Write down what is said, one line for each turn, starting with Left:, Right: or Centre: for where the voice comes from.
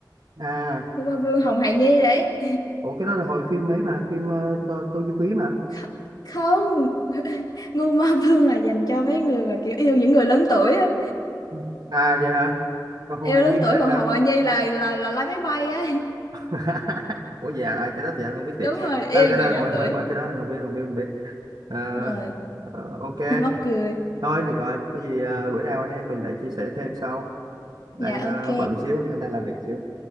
Right: à
Left: Ngu Ma Vương Hồng Hài Nhi đấy
Right: ủa cái đó là hồi phim mấy mà phim uh, Tô, Tô Du Ký mà
Left: Kh- không Ngu Ma Vương là dành cho mấy người mà kiểu yêu những người lớn tuổi ấy.
Right: Ừ. à vậy hả còn Hồ
Left: yêu
Right: Hài
Left: lớn
Right: Nhi
Left: tuổi
Right: là
Left: còn
Right: sao
Left: Hồng Hài Nhi là là là lái máy bay ấy
Right: <laughs> ủa dạ à, À, cái đó thì anh
Left: <laughs>
Right: không biết thiệt
Left: đúng rồi yêu
Right: à, cái
Left: người
Right: đó
Left: nhỏ
Right: mới mới
Left: tuổi
Right: mới cái đó anh không biết không biết không biết Ờ,
Left: rồi
Right: ờ, ok
Left: <laughs> mắc cười
Right: thôi được rồi có gì ờ, bữa nào anh em mình lại chia sẻ thêm sau đang
Left: dạ
Right: ờ,
Left: ok
Right: bận xíu anh đang làm việc xíu